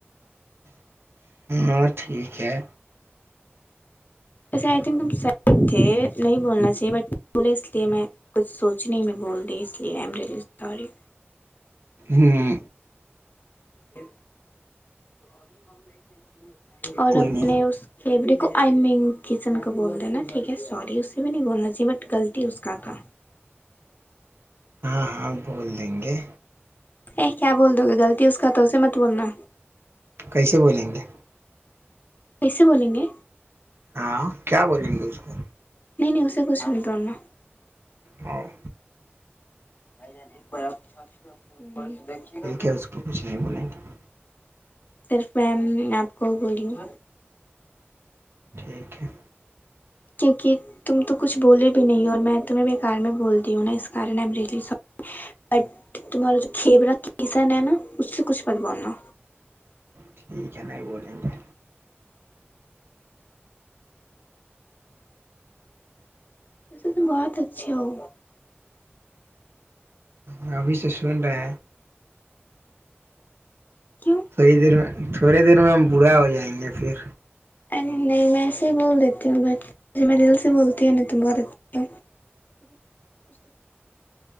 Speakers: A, on the right (about 65°); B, on the left (about 45°).
A: <unintelligible> ہ ٹھیک ہے
B: وسےئی تھنک تح تھے نہیں بولنا چاہیے بٹ بولے اس لیے میں کچھ سوچ کچھ نہیں میں بول د اس لیے آئی ایم ریلی سی
A: ہوں
B: ہی ابھی ہم دیکھیں ہیں کہ اور
A: کوئی
B: اپنے
A: نہیں
B: اس کیڑے کو آئی مین کسن کا بول د نا ٹھیک ہے سوری اس سے بھی نہیں بولنا چاہیے بٹ غلطی اس کا تھا
A: ہاں ہاں بول دیں گے
B: ا کیا بول دو گے غلطی اس کا تو اسے مت بولنا
A: کیسے بولیں گے
B: کیسے بولیں گے
A: ہاں کیا بولیں گے اس کو
B: نہیں نہیں اسے کچھ توورنا
A: اور
B: بھائی جان ایک بار آپپ اپنےپر
A: ٹھیک ہے اس کو کچھ نہیں بولیں گے
B: صرف م آپ کو ولیوم
A: ٹھیک ہے
B: کیوںکہ تم تو کچھ بولے بھی نہیں ہو اور میں تمہیں بے کار میں بولتی ہوں نا اسنی سی بٹ تمہارا کھیبرا کیسن ہے نا اس سے کچھ بٹ بولنا
A: ٹھیک ہے نہیں بولیں گے
B: وسے ت بہت اچھا ہو
A: ہ ابھیس سون رہ
B: کیوں
A: تھوڑی دیر میں تھوڑے دیر میں ہم برا ہو جائیں گے پھر
B: ارے نہیں میں ایسے ہی بول دیتی ہوں بٹ میں دل سے بولتی ہوں تم ب دیتی ہوں